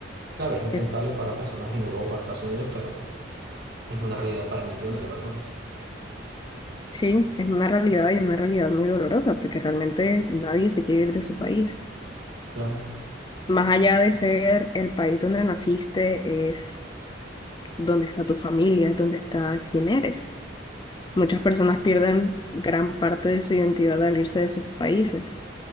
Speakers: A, on the right; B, on the left.
A: Claro, es impensable
B: Es-
A: para personas en Europa, Estados Unidos, pero es una realidad para millones de personas.
B: sí, es una realidad y una realidad muy dolorosa porque realmente nadie se quiere ir de su país.
A: Claro.
B: Más allá de ser el país donde naciste, es donde está tu familia, es donde está quién eres. Muchas personas pierden gran parte de su identidad al irse de sus países.